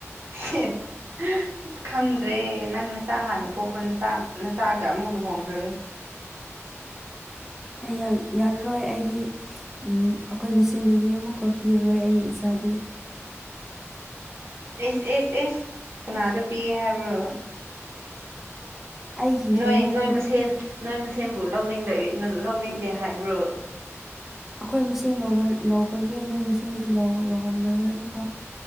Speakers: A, on the right; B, in the centre.
A: <unintelligible> ꯈꯪꯗ꯭ꯔꯦ ꯅꯪ ꯅꯆꯥ ꯍꯥꯟꯅ ꯄꯣꯛꯑꯣ ꯅ ꯅꯆꯥꯒ ꯑꯃꯨꯛ ꯂꯨ ꯍꯣꯡꯈ꯭ꯔꯒꯦ
B: ꯑꯩ ꯌꯥꯝ ꯌꯥꯔꯔꯣꯏ ꯑꯩꯗꯤ ꯑꯩꯈꯣꯏ ꯃꯁꯦꯟꯗꯒꯤ ꯑꯃꯨꯛꯀꯥ ꯄꯤꯔꯔꯣꯏ ꯑꯩ ꯏꯆꯥꯗꯤ
A: ꯑꯦꯁ ꯑꯦꯁ ꯑꯦꯁ ꯀꯅꯥꯗ ꯄꯤꯒꯦ ꯍꯥꯏꯕ꯭ꯔꯣ
B: ꯑꯩꯒꯤ
A: ꯅꯣꯏ
B: ꯀꯩꯅꯣꯕꯨ
A: ꯅꯣꯏ ꯃꯁꯦꯟ ꯅꯣꯏ ꯃꯁꯦꯟꯕꯨ ꯂꯧꯅꯤꯡꯗꯦ ꯂꯧꯅꯤꯡꯗꯦ ꯍꯥꯏꯕ꯭ꯔꯣ
B: ꯑꯩꯈꯣꯏ ꯃꯁꯦꯟ ꯂꯧ ꯂꯧꯈ꯭ꯔꯒꯦ ꯅꯣꯏ ꯃꯁꯦꯟꯗꯤ ꯂꯧ ꯂꯧꯍꯜꯂꯔꯣꯏ ꯑꯃꯨꯛꯀ